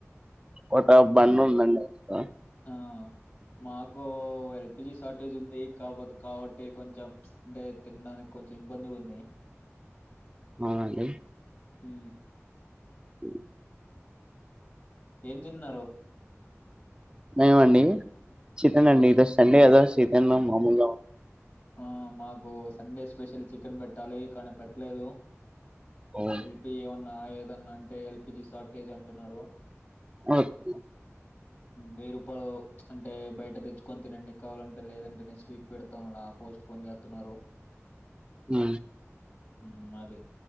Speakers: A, on the right; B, on the left.
A: ఒట బండి ఉందండి ఆడ
B: ఆ మాకు ఎల్పిజి షార్టేజ్ ఉంది కాబతే కాబట్టి కొంచెం అంటే తినడానికి కొంచెం ఇబ్బందిగా ఉంది
A: ఆ అండి
B: ఉ
A: <inaudible>
B: ఏం తిన్నారు
A: ఏమండి చికెన్
B: ఉమ్
A: అండి ఈరోజు సండే కదా తనా మామల్లా
B: ఆ మాకు సండే స్పెషల్ చికెన్ పెట్టాలి కానీ పెట్టలేదు
A: ఉమ్,
B: ఎల్పిి ఏన్ ఆ ఏదన్నా అంటే ఎల్పిజి షార్టేజ్ అంటున్నారు
A: అఓకే
B: వెయ్యి రూపాయలు అంటే బయట తెచ్చుకొని తినండి కావాలంటే లేదంటే నెక్స్ట్ వీక్ పెడతాంలా పోస్ట్ పోన్ చేస్తున్నారు
A: హ
B: ఉ అది